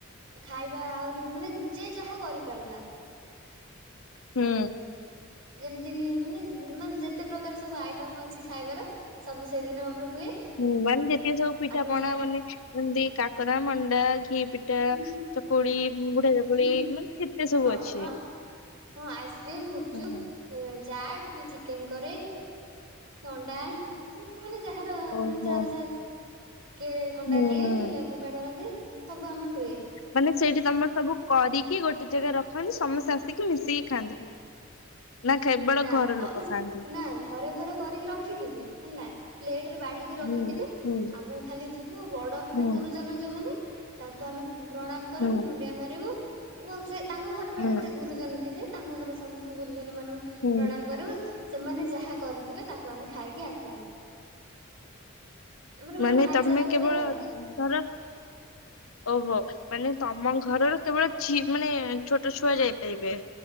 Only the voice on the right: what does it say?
ଖାଇ ଆହୁରି ମାନେ ଯିଏ ଯାହା କରି ପାଲା।
ଯେମିତି କି ମାନେ ମାନେ ଯେତେ ପ୍ରକାର ସବୁ ଆଇଟମ୍ ଅଛି ଖାଇବାର ସବୁ ସେଦିନ ଆମର ହୁଏ।
ଆମେ
ଯାହା
ହୁଁ
ହୁଁ
ହଁ
ହଁ ହଁ ଆଇ କ୍ରିମ୍ ଗୁପଚୁପ୍।
ଚାଟ କି ଚିକେନ୍ କରେ କି ଅଣ୍ଡା। ମାନେ ଯାହାର
ମାନେ ଯାହାର ଯାହା କିଏ ଥଣ୍ଡା
ଦିଏ କିଏ ଲେମ୍ବୁ ପାଣି କରନ୍ତି। ସବୁ ଆମର ହୁଏ।
ନା
ନା ଘରେ ଘରେ କରିକି ରଖିଥିବେ ହେଲା ପ୍ଲେଟ ରେ ବାଢିକି ରଖିଥିବେ
ଆମେ ଖାଲି ଯିବୁ ବଡ ମାନେ
ଗୁରୁଜନ ଯୋଉମାନେ ତାଙ୍କୁ ଆମେ ପ୍ରଣାମ କରିବୁ
ମୁଣ୍ଡିଆ ମାରିବୁ ହଉ ସେ ତାଙ୍କ ଘରର
ଯେତେ ଗୁରୁଜନ ଥିବେ ତାଙ୍କ ଘର ସମସ୍ତ ଗୁରୁଜନ ମାନଙ୍କୁ
ପ୍ରଣାମ କରିବୁ ସେମାନେ ଯାହା କରୁଥିବେ ତାକୁ ଆମେ ଖାଇକି ଆସିବୁ ଆମର
ଗୋଟେ ଭାଇଚାରା
ଭଳିଆ ଆଉ